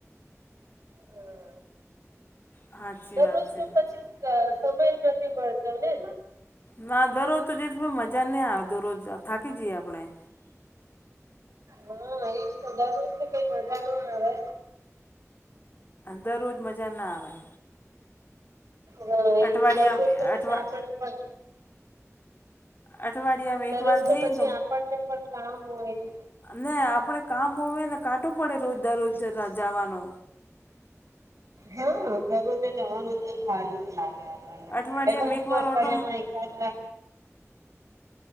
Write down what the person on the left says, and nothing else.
સાચી
વાત છે
ના દરરોજ તો જઈ તો મજા નહીં આવે દરરોજ થાકી જઈએ આપણેે
દરરોજ મજા ના આવે
અઠવાડિયા
અઠવા
અઠવાડિયામાં
એકવાર
જઈએ
ને
ને આપણે કામ હોવે કાટું પડે રોજદર રોજ જતા જાવાનો
અઠવાડિયામાં
એકવાર
ઓટો